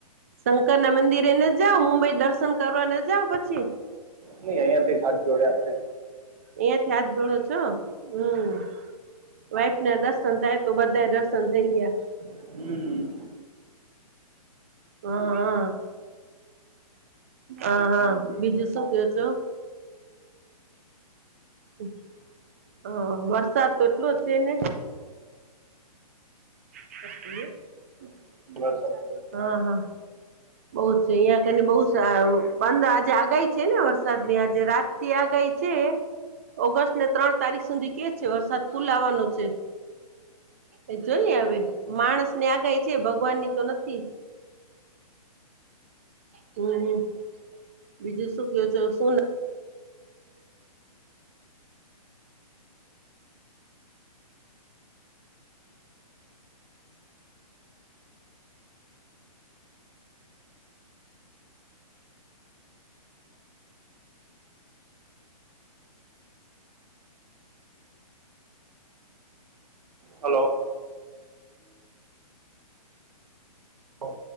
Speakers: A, on the right; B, on the right.
A: શંકર ના મંદિરે ન જાવ, મુંબઈ દર્શન કરવા ન જાવ પછી?
B: નય અહીંયાથી જ હાથ જોડે આપડે.
A: અહીંયાંથી હાથ છો હમ્મ, વાઈફના દર્શન થાય તો બધાએ દર્શન થઈ ગ્યા.
B: હમ્મ.
A: હા અ, હ-હ બીજું શું ક્યો છો? હમ <inaudible> હ, વરસાદ તો એટલો છે ને. <unintelligible>
B: બસ
A: અ હ. બો છે અંયા કરને બો સારું બંધ આજે આગાહી છે ને વરસાદ ની આજે રાત. થી આગાહી છે. ઓગસ્ટને ત્રણ તારીખ સુંધી કે છે, વરસાદ ફુલ આવવાનો છે. એ જોઈએ હવે. માણસની આગાહી છે ભગવાનની તો નથી. હમ- હમ. બીજું શું ક્યો છો શું
B: હલો. હલો.